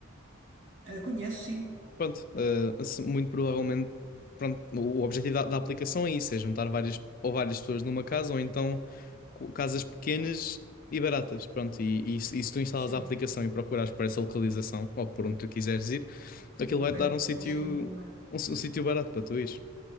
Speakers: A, on the right; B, on the left.
A: Eh, conheço, sim,
B: Pronto, eh, se- muito provavelmente, pronto, o o objetivo da, da aplicação é isso, é juntar várias ou várias pessoas numa casa ou então co- casas pequenas e baratas, pronto, e, e, se e se tu instalas
A: sim,
B: a aplicação e procurares por essa localização ou por onde tu quiseres ir, aquilo
A: ok,
B: vai-te dar um sítio
A: consigo encontrar.
B: um, s- um sítio barato para tu ires.